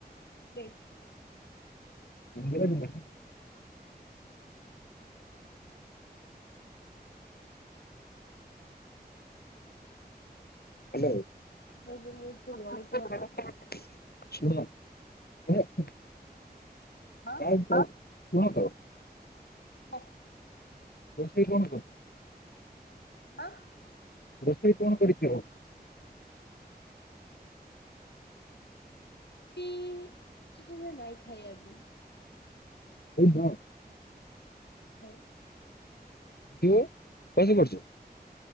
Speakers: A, on the left (about 85°); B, on the left (about 70°).
A: ଦେଖ
B: ମନ୍ଦିର ଯିବା। ହାଲୋ
A: ଏବେ ମୁଁ ଫୁଲବାଣୀ
B: <inaudible>
A: କୁହ ତ
B: ଶୁଣ, <inaudible>
A: ହଁ
B: ଶୁଣ ତ।
A: ହ।
B: ରୋଷେଇ କଣ କରିଛୁ।
A: ହଁ।
B: ସେ କଣ କରିଥିବ?
A: କି କିଛି ନାହିଁ ଖାଏ ଆଜି।
B: ଆ ହଁ। <inaudible>
A: ହ। <inaudible>
B: ହୁଁ କଣ ସେ କରୁଛି।